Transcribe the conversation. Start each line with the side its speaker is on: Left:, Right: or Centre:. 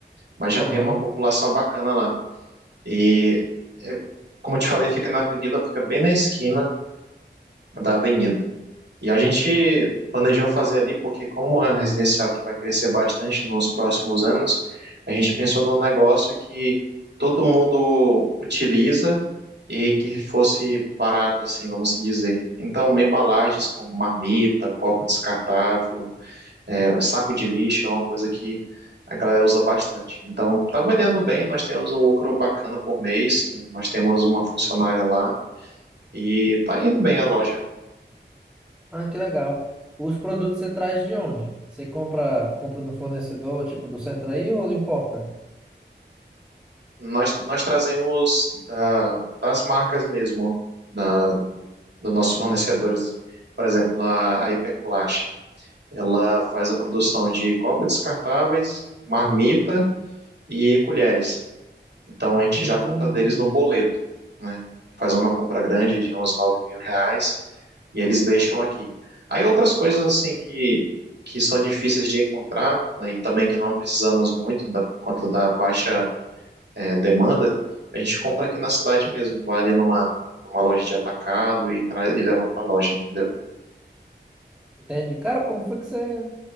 Right: mas já
Centre: Aham.
Right: tem uma população bacana lá. E, é, como eu te falei, fica na avenida, fica bem na esquina da avenida. E a gente planejou fazer ali porque, como é um residencial que vai crescer bastante nos próximos anos, a gente pensou num negócio que todo mundo utiliza e que fosse barato, assim, vamos se dizer. Então, embalagens como marmita, copo descartável, é, saco de lixo é uma coisa que a galera usa bastante. Então, tá vendendo bem, nós temos um lucro bacana por mês, né? Nós temos uma funcionária lá e tá indo bem a loja.
Centre: Ah, que legal. Os produtos você traz de onde? Você compra, compra do fornecedor, tipo, do centro aí ou importa?
Right: Nós, nós trazemos da, das marcas mesmo, da, dos nossos fornecedores. Por exemplo, a, a Hiperplast, ela faz a produção de copos descartáveis, marmita e colheres. Então, a gente
Centre: Hum,
Right: já compra deles no boleto, né? Faz uma compra grande de uns nove mil reais e eles deixam aqui. Aí outras coisas assim que que são difíceis de encontrar, né, e também que não precisamos muito da, por conta da baixa é, demanda, a gente compra aqui na cidade mesmo, vai ali numa, numa loja de atacado e, traz, e leva para a loja, entendeu?
Centre: entende? Cara, como foi que você...